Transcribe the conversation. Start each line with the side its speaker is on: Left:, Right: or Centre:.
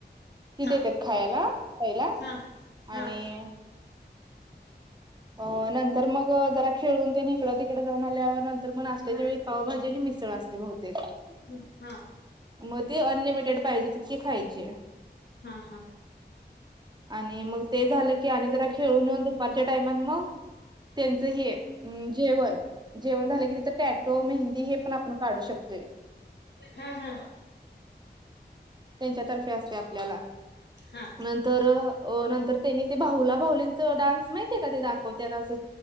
Right: ती
Left: हा
Right: देतात खायला पहिला
Left: हा हा
Right: आणि- अ नंतर मग जरा खेळून ते नाइकडं - डे जाऊन आल्यावर नंतर, मग नाशत्याच्या
Left: हा.
Right: वेळी पावभाजी आणि मिसळ असते बहुतेक,
Left: हा हा
Right: म ते अनलिमिटेड पाहिजे तितके खायचे.
Left: हा
Right: आणि मग ते झालं की आणि जरा खेळून यून ब पारच्या टायमात म त्यांच हे जेवण, जेवण झालं की तीत् टॅटो, मेहंदी हे पण आपण काढू शकतोय.
Left: हां-हां
Right: त्यांच्यातर्फे असते आपल्याला.
Left: हा
Right: नंतर अ नंतर त्यानी ते बाहुला भाहुलींच डान्स नई का ते दाखवत्यात असं